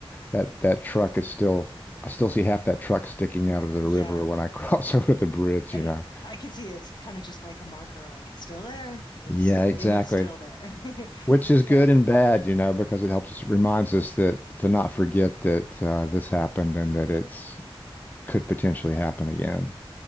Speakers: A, on the left (about 20°); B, on the left (about 50°).
A: that that truck is still, I still see half that truck sticking out of the
B: Yeah.
A: river when I cross <laughs> over the bridge,
B: And
A: you know.
B: I can see it's kind of just like a marker, like it's still there. It's,
A: Yeah, exactly.
B: and it's still there. <laughs>
A: Which is good
B: But
A: and bad, you know, because it helps us, reminds us that to not forget that uh, this happened and that it's could potentially
B: yeah,
A: happen again.